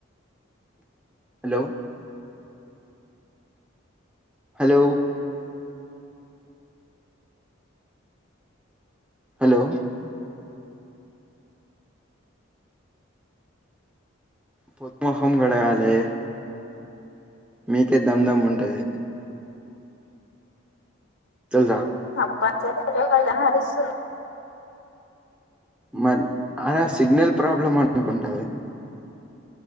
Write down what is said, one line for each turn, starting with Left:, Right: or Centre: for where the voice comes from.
Centre: hello. హలో. హలో. పొద్ద్ ముఖం గడగాలి మీకే దమ్ దమ్ ఉంటది. తేల్దా
Left: అప్పన చెల్లి హలో అని అరుస్తున
Centre: మరి అద సిగ్నల్ ప్రాబ్లం అనుకుంటది.